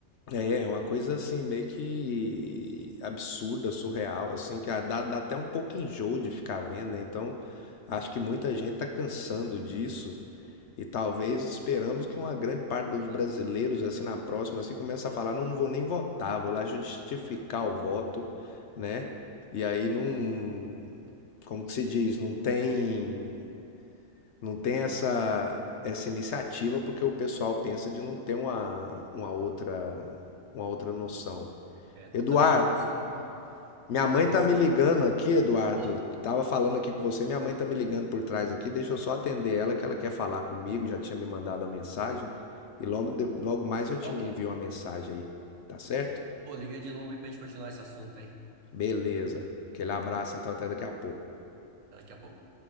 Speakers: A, on the left (about 65°); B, on the right (about 70°).
A: É, é uma coisa assim meio que absurda, surreal, assim, que ah, dá, dá até um pouco enjoo de ficar vendo, né? Então, acho que muita gente tá cansando disso E talvez esperamos que uma grande parte dos
B: Ah,
A: brasileiros, assim, na próxima, assim, comece a falar, não, não vou nem votar, vou lá justificar o voto, né? E aí não, como que se diz, não tem, não tem essa, essa iniciativa porque o pessoal pensa de não ter uma, uma outra, uma outra noção.
B: é, tô
A: Eduardo,
B: caminhando para esse lado,
A: minha
B: lá
A: mãe
B: de você.
A: tá me ligando aqui, Eduardo.
B: Oh,
A: Tava falando aqui com você, minha mãe tá me ligando por trás aqui. Deixa eu só atender ela, que ela quer falar comigo. Já tinha me mandado a mensagem. E logo, de- logo mais eu
B: tá
A: te
B: ok.
A: envio uma mensagem aí. Tá certo?
B: Pô, liga de novo aí pra gente continuar esse assunto aí.
A: Beleza. Aquele abraço, então, até daqui a pouco.
B: Daqui a pouco.